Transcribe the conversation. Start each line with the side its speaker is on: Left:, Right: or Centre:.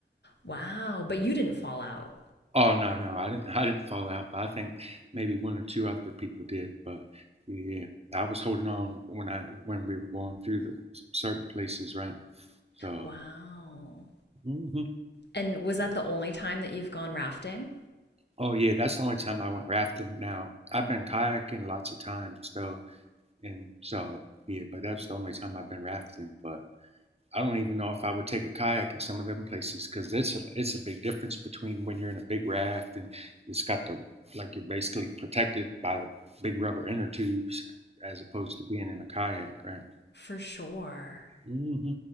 Left: wow but you didn't fall out
Right: Oh no, no, I didn't. I didn't fall out, but I think maybe one or two other people did. But yeah, I was holding on when I when we were going through the s- certain places, right? So,
Left: wow
Right: mhm.
Left: and was that the only time that you've gone rafting
Right: oh yeah, that's the only time I went rafting. Now I've been kayaking lots of times though, and so yeah, but that's the only time I've been rafting. But I don't even know if I would take a kayak in some of them places because it's a, it's a big difference between when you're in a big raft and it's got the like you're basically protected by the big rubber inner tubes as opposed to being in a kayak, right?
Left: for sure
Right: Mm-hmm.